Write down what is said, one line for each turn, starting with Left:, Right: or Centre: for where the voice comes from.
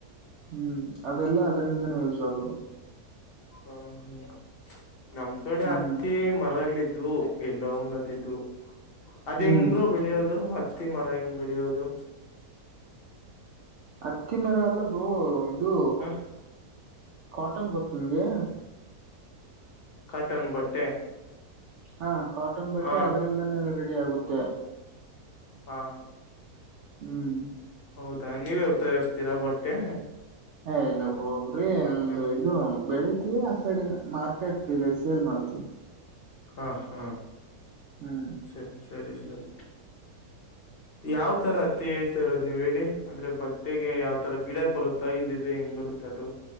Right: ಹ್ಮ್ ಅದೆಲ್ಲಾ ಅದರಿಂದನ ಯೂಸ್ ಆಗದು
Left: ಹ ಹ್ಮ ನಮ್ ಕಡೆ
Right: ಹ್ಮ್
Left: ಅತ್ತಿ ಮರಗ್ಲಿದ್ವು ಎಲ್ಲೋ ಒಂದದ ಇು ಅದ್
Right: ಹ್ಮ್
Left: ಹೆಂಗ ಬ್ರೋ ಬೆಳಿಯೋದು ಹತ್ತಿ ಮರ ಹೆಂಗ್ ಬೆಳೆಯೋದು
Right: ಹತ್ತಿ ಮರ ಅಲ್ಲ ಬ್ರೋ ಇದು
Left: ಹ
Right: ಕಾಟನ್ ಗೊತ್ತು ನಿಮ್ಗೆ
Left: ಕಟನ್ ಬಟ್ಟೆ
Right: ಹಾ ಕಾಟನ್ ಬಟ್ಟೆ
Left: ಹ
Right: ಅದ್ರಿಂದಾನೇ ರೆಡಿ ಆಗುತ್ತೆ
Left: ಹಾ
Right: ಹ್ಮ್
Left: ಹೌದಾ ನೀವೇ ತಯರ್್ತೀರಾ ಬಟ್ಟೆ
Right: ಏ ಇಲ್ಲ ಬ್ರೋ ಒಬ್ರಿ ನಮ್ದು
Left: ಹ
Right: ಇದು ಬೆಳಿ ೇ ಆ ಕಡೆ ಮಾರ್ಕೆಟ್ ಇದೆ ಸೇಲ್ ಮಾಡ್ತವಿ
Left: ಹಾ ಹಾ
Right: ಹ್ಮ್
Left: ಸರಿ ಸರಿ ಸರಿ ಯಾವ್ ತರ ಹತ್ತಿ ಹೇಳ್ತಾ ಇರೋದ್ ನೀವ ಹೇಳಿ ಅಂದ್ರೆ ಬಟ್ಟೆಗೆ ಯಾವ್ ತರ ಗಿಡ ಬರುತ್ತೆ ಇಲ್ಲಿದ್ರೆ ಹೆಂಗ್ ಬರುತ್ತೆ ಅದು